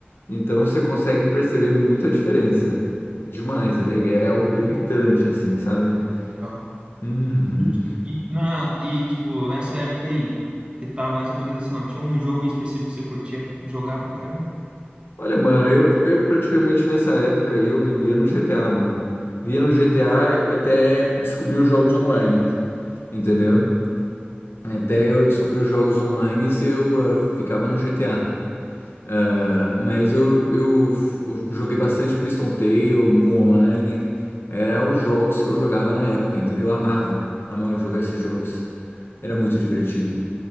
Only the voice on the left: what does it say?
Então você consegue perceber muito a diferença. Demais, até é algo gritante, assim, sabe?
Uhum.
Olha, mano, eu, eu praticamente nessa época aí eu vivia no GTA, mano. Vivia no GTA e até descobri os jogos online, entendeu? Até eu descobri os jogos online e eu ah, ficava no GTA. Ah, Mas eu, eu, f- eu joguei bastante Priston Tale, Mu Online. Era os jogos que eu jogava na época, entendeu? Eu amava, amava jogar esses jogos. Era muito divertido,